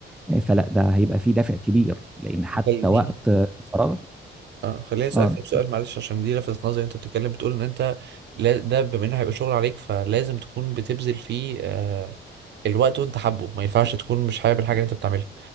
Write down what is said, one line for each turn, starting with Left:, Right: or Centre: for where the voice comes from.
Centre: آه، فلا ده هيبقى فيه دافع كبير لان حتى
Right: خليني
Centre: وقت فراغ
Right: اه خليني اسالك
Centre: اه
Right: طب سؤال
Centre: ت-
Right: معلش عشان دي لفتت نظري انت بتتكلم بتقول ان انت لا- ده بما انه هيبقى شغل عليك فلازم تكون بتبذل فيه آه الوقت وانت حابه ما ينفعش تكون مش حابب الحاجه اللي انت بتعملها